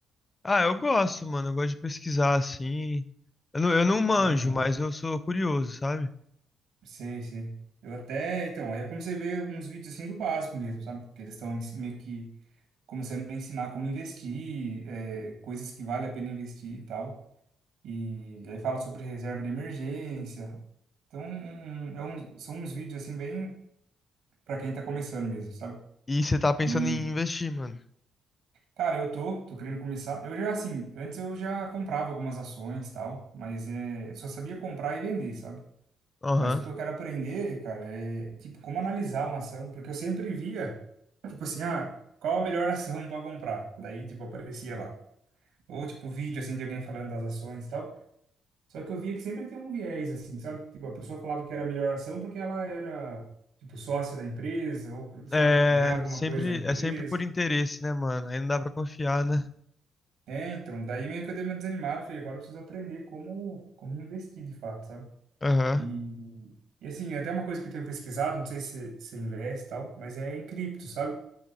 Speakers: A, on the left; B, on the right.
A: Ah, eu gosto, mano, eu gosto de pesquisar assim. Eu não, eu não manjo,
B: Aham,
A: mas eu sou curioso, sabe?
B: Sei, sei. Eu até, então, aí eu comecei a ver uns vídeos, assim, do básico mesmo, sabe? Porque eles estão meio que começando a ensinar como investir, é, coisas que vale a pena investir e tal. E aí fala sobre reserva de emergência. Então, um- um- é um- são uns vídeos, assim, bem para quem tá começando mesmo, sabe?
A: E você tá pensando
B: E
A: em investir, mano.
B: Cara, eu tô, tô querendo começar. Eu já, assim, antes eu já comprava algumas ações e tal, mas é, eu só sabia comprar e vender, sabe?
A: Aham.
B: Mas o que eu quero aprender, cara, é, tipo, como analisar uma ação, porque eu sempre via, tipo assim, ah, qual a melhor <laughs> ação para comprar? Daí, tipo, aparecia lá. Ou, tipo, vídeo, assim, de alguém falando das ações e tal. Só que eu via que sempre tem um viés, assim, sabe? Tipo, a pessoa falava que era a melhor ação porque ela era, tipo, sócia da empresa, ou, sabe?
A: É
B: Ganhava alguma
A: sempre,
B: coisa da empresa.
A: é sempre por interesse, né, mano? Aí não dá pra confiar, né?
B: É, então, daí meio que eu dei uma desanimada, falei, agora eu preciso aprender como, como investir de fato, sabe?
A: Aham.
B: E, e assim, é até uma coisa que eu tenho pesquisado, não sei se se investe e tal, mas é em cripto, sabe?